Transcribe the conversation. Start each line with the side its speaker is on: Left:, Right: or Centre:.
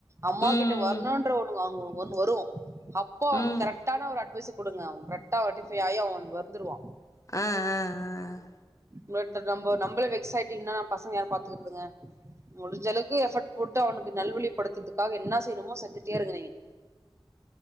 Right: அம்மா
Left: ம்
Right: கிட்ட வரணுன்ற
Left: ம்.
Right: ஒரு அங்க ஒ ஒண்ணு வரும் அப்ப அவன்க்கு
Left: ம்.
Right: கரெக்ட்டான ஒரு அட்வைஸு குடுங்க அவன் கரெக்ட்டா ரெட்டிஃபை ஆயி அவன் வந் வந்துருவான்
Left: அஅஅஅ
Right: ஒங்கள்ட்ட நம்போ நம்பளு வெக்ஸ்ஸாயிட்டு இன்னா நம்பபசங்க யார் பாத்துக்கறதுங்க முடிஞ்சளவுக்கு எஃபர்ட் போட்டு அவனுக்கு நல்வழிப்படுத்ததுக்காக என்னா செய்யணுமோ செஞ்சுட்டே இருங்க நீங்க